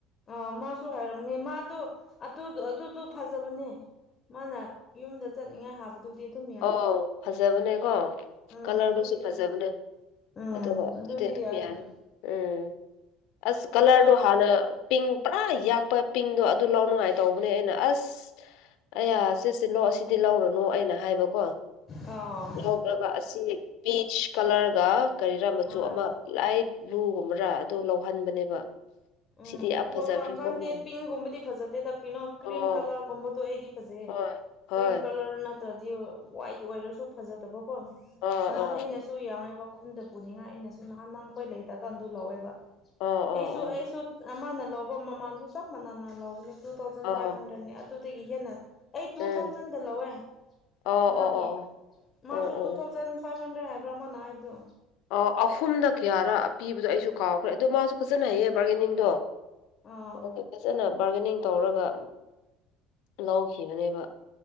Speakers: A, on the left; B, on the left.
A: ꯑꯥ ꯃꯥꯁꯨ ꯍꯥꯏꯔꯝꯅꯦ ꯃꯥꯗꯣ ꯑꯗꯨꯗꯣ ꯐꯖꯕꯅꯦ ꯃꯥꯅ ꯌꯨꯝꯗ ꯆꯠꯅꯤꯡꯉꯥꯏ ꯍꯥꯏꯕꯗꯨꯗꯤ ꯑꯗꯨꯝ ꯌꯥꯏꯕ
B: ꯑꯣ ꯐꯖꯕꯅꯦꯀꯣ
A: ꯎꯝ
B: ꯀꯂꯔꯗꯨꯁꯨ
A: ꯑꯗꯨꯗꯤ
B: ꯐꯖꯕꯅꯦ
A: ꯌꯥꯏ ꯎꯝ
B: ꯑꯗꯨꯒ ꯑꯗꯨꯗꯤ ꯑꯗꯨꯝ
A: ꯌꯥꯏꯕ
B: ꯌꯥꯏ ꯎꯝ ꯑꯁ ꯀꯂꯔꯗꯣ
A: ꯁꯤꯂꯣꯡ
B: ꯍꯥꯟꯅ ꯄꯤꯡ ꯄꯨꯔꯥ ꯌꯥꯛꯄ ꯄꯤꯡꯗꯣ ꯑꯗꯨ ꯂꯧꯥꯎꯅꯉꯥꯏ ꯇꯧꯕꯅꯦ ꯑꯩꯅ ꯑꯁ ꯑꯌꯥ ꯁꯤꯠꯁꯤꯠꯂꯣ ꯑꯁꯤꯗꯤ ꯂꯧꯔꯨꯅꯨ ꯑꯩꯅ ꯍꯥꯏꯕꯀꯣ
A: ꯑꯥ
B: ꯂꯧꯗ꯭ꯔꯒ ꯑꯁꯤ ꯄꯤꯆ ꯀꯂꯔꯒ ꯀꯔꯤꯔꯥ ꯃꯆꯨ
A: ꯑꯥ
B: ꯑꯃ ꯂꯥꯏ ꯂꯨꯒꯨꯝꯕꯔꯥ ꯑꯗꯨ ꯂꯧꯍꯟꯕꯅꯦꯕ
A: ꯎꯝ
B: ꯁꯤꯗꯤ ꯌꯥꯝ ꯐꯖꯈ꯭ꯔꯦꯀꯣ
A: ꯍꯣꯏ ꯀꯥꯡꯈꯥꯟꯗꯤ
B: ꯌꯥꯝ
A: ꯄꯤꯡꯒꯨꯝꯕꯗꯤ ꯐꯖꯗꯦ ꯇꯈꯤꯔꯤꯅꯣ ꯀ꯭ꯔꯤꯝ
B: ꯑꯣ
A: ꯀꯂꯔꯒꯨꯝꯕꯗꯣ ꯑꯩꯗꯤ ꯐꯖꯩ
B: ꯍꯣꯏ ꯍꯣꯏ
A: ꯀ꯭ꯔꯤꯝ ꯀꯂꯔ ꯅꯠꯇ꯭ꯔꯗꯤ ꯋꯥꯏꯠ ꯑꯣꯏꯔꯁꯨ ꯐꯖꯗꯕ ꯀꯣ
B: ꯑꯣ
A: ꯅꯍꯥꯟ
B: ꯑꯣ
A: ꯑꯩꯅꯁꯨ ꯌꯥꯡꯉꯦꯕ ꯈꯨꯟꯗ ꯄꯨꯅꯤꯡꯉꯥꯏ ꯑꯩꯅꯁꯨ ꯅꯍꯥꯟ ꯅꯪꯈꯣꯏ ꯂꯩꯗꯀꯥꯟꯗ ꯂꯧꯋꯦꯕ
B: ꯑꯣ ꯑꯣ
A: ꯑꯩꯁꯨ ꯑꯩꯁꯨ ꯑꯃꯅ ꯂꯧꯕ ꯃꯃꯥꯟꯗꯨ ꯆꯞ ꯃꯥꯟꯅꯅ ꯂꯒꯅꯤ ꯇꯨ ꯊꯥꯎꯖꯟ
B: ꯑꯣ
A: ꯐꯥꯏꯚ
B: ꯑꯣ
A: ꯍꯟꯗ꯭ꯔꯦꯠꯅꯦ ꯑꯗꯨꯗꯒꯤ ꯍꯦꯟꯅ ꯑꯩ ꯇꯨ
B: ꯎꯝ
A: ꯊꯥꯎꯖꯟꯗ ꯂꯧꯋꯦ
B: ꯑꯣ
A: ꯃꯥꯒꯤ
B: ꯑꯣ ꯑꯣ ꯑꯣ
A: ꯃꯥꯁꯨ
B: ꯑꯣ ꯑꯣ
A: ꯇꯨ ꯊꯥꯎꯖꯟ ꯐꯥꯏꯚ ꯗ ꯍꯥꯏꯕ꯭ꯔ ꯑꯃ ꯅꯥꯏꯕꯗꯣ
B: ꯑ ꯑꯍꯨꯝꯗ ꯀꯌꯥꯔ ꯄꯤꯕꯗꯣ ꯑꯩꯁꯨ ꯀꯥꯎꯈ꯭ꯔꯦ ꯑꯗꯣ ꯃꯥꯁꯨ ꯐꯖꯅ ꯍꯥꯏꯌꯦ ꯕꯥꯔꯒꯦꯅꯤꯡꯗꯣ
A: ꯑꯥ
B: ꯑꯗꯨ ꯐꯖꯅ ꯕꯥꯔꯒꯦꯅꯤꯡ ꯇꯧꯔꯒ ꯂꯧꯈꯤꯕꯅꯦꯕ